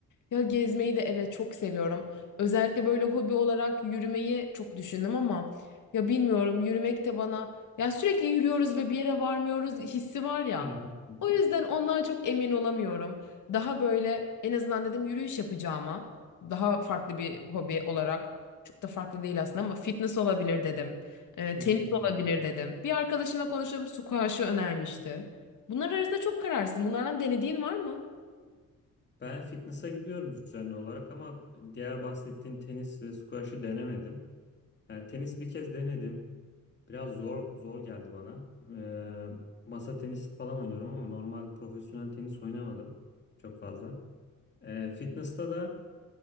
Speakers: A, on the left; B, on the left.
A: Ya gezmeyi de evet çok seviyorum. Özellikle böyle hobi olarak yürümeyi çok düşündüm ama ya bilmiyorum yürümek de bana ya sürekli yürüyoruz ve bir yere varmıyoruz hissi var ya.
B: <laughs>
A: O yüzden ondan çok emin olamıyorum. Daha böyle en azından dedim yürüyüş yapacağıma daha farklı bir hobi olarak çok da farklı değil aslında ama fitness olabilir dedim. Ee,
B: Kesinlikle.
A: tenis olabilir dedim. Bir arkadaşımla konuşup squash'ı önermişti. Bunlar arasında çok kararsız. Bunlardan denediğin var mı?
B: Ben fitness'a gidiyorum düzenli olarak ama diğer bahsettiğin tenis ve squash'ı denemedim. Yani tenis bir kez denedim. Biraz zor zor geldi bana. Ee, masa tenisi falan oynuyorum ama normal profesyonel tenis oynamadım çok fazla. Ee, fitness'ta da